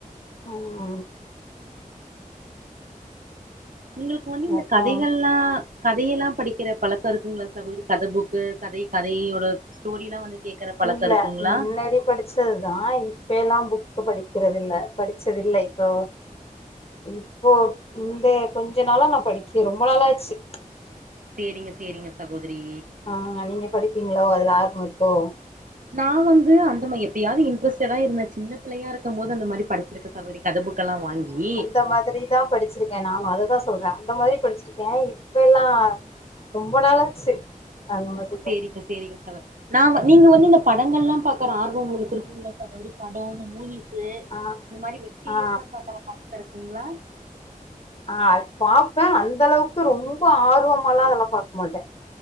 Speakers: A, on the left; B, on the right.
A: ம்
B: உங்ளுக்கு வந்து இந்த
A: அப்றோ
B: கதைகள்ல்லா கதையெல்லா படிக்கிற பழக்கோ இருக்குங்களா சகோதரி கத புக்கு கதை கதையோட ஸ்டோரிலா வந்து கேக்குற பழக்கோ
A: இல்ல
B: இருக்குங்ளா
A: முன்னாடி படி படிச்சதுதா இப்பே எல்லா புக்கு படிக்கிறது இல்ல படிச்சதில்லை இப்போ இப்போ இந்த கொஞ்ச நாளா நா படிக்கிற ரொம்ப நாளாச்சு
B: சேரிங்க சேரிங்க சகோதரி
A: ஆ நீங்க படிப்பீங்களோ அதுல ஆர்வோ இருக்கோ
B: நா வந்து அந்த எப்பியாது இன்ட்ரஸ்டா தா இருந்தே சின்ன பிள்ளையா இருக்கும் போது அந்த மாரி படிச்சிருக்கே அப்டி கத புக் எல்லா வாங்கி
A: இந்த மாதிரி தான் படிச்சிருக்கேன் நானும் அததான் சொல்றேன் அந்த மாதிரி படிச்சிருக்கேன் இப்ப எல்லாம் ரொம்ப நாளாச்சு அந்த மாரி
B: சேரிங்க சேரிங்க சவ நா நீங்க வந்து இந்த படங்கள் எல்லாம் பாக்குற ஆர்வம் உங்களுக்கு இருக்குங்களா சகோதரி படம் மூவி இந்த
A: ஆ
B: மாதிரி வெப் சீரிஸ்
A: ஆ
B: எல்லாம் பாக்கூற பழக்கம் இருக்குங்களா
A: ஆ அது பாப்பேன் அந்த அளவுக்கு ரொம்ப ஆர்வமா எல்லாம் பாக்க மாட்டேன்